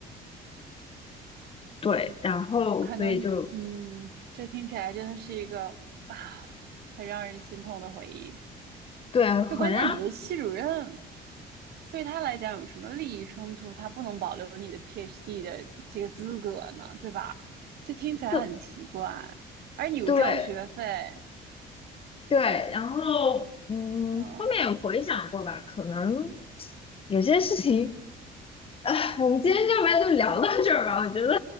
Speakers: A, on the left (about 35°); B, on the right (about 70°).
A: 对，然后所以就
B: 可能嗯，这听起来真的是一个啊，很让人心痛的回忆。
A: 对，很啊，
B: 就关键你的系主任对他来讲有什么利益冲突？他不能保留你的 PhD 的这个资格呢，对吧？这听起来很奇怪，
A: 就
B: 而你又交学费。
A: 对对，然后嗯，
B: 嗯，
A: 后面有回想过吧，可能有些事情，啊，我们今天要不然就聊到这儿吧，我觉得